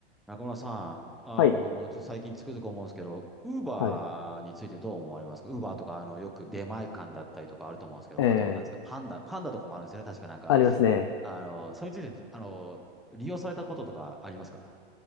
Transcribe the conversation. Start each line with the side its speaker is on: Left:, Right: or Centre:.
Centre: 中村さん、あの、
Left: はい。
Centre: ちょっと最近つくづく思うんですけど、ウーバーについてどう思われますかウーバーとか、
Left: はい。
Centre: あの、よく出前館だったりとかあると思うんですけど、
Left: ええ、
Centre: あと、なんですか、パンダ、パンダとかもあるんですよね。確かなんか、
Left: ありますね。
Centre: あの、それについて、あの、利用されたこととかありますか